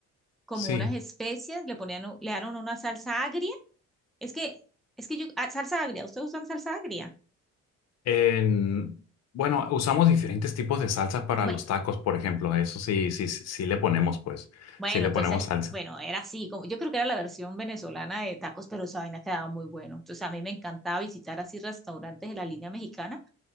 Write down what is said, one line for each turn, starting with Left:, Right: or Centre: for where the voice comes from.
Centre: como
Left: sí.
Centre: unas especias, le ponían, u- le dan una salsa agria. Es que, es que yo, ah, salsa agria, ¿ustedes usan salsa agria?
Left: En, bueno, usamos diferentes tipos de salsas para
Centre: Bueno,
Left: los tacos, por ejemplo. Eso sí, sí, sí, sí le ponemos, pues,
Centre: Bueno,
Left: sí le
Centre: entonces,
Left: ponemos salsa.
Centre: bueno, era así, como, yo creo que era la versión venezolana de tacos, pero esa vaina quedaba muy bueno. Entonces, a mí me encantaba visitar así restaurantes de la línea mexicana